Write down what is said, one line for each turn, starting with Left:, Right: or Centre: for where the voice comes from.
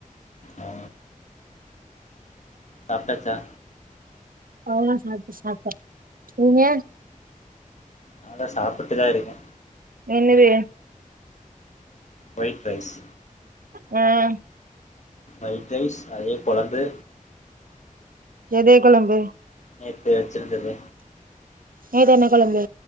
Left: ஆ சாப்ட்டாச்சா
Right: அவுனா சாப்ட்டு சாப்ட்ட நீங்க
Left: நால்லா சாப்பிட்டுதா இருக்கே
Right: என்னதூ
Left: ஒய்ட் ரைஸ்
Right: ம்
Left: ஒயிட் ரைஸ் அதே கொளம்பு
Right: எதே கொளம்பு
Left: நேத்து வச்சுருந்தது
Right: நேத்து என்ன கொளம்பு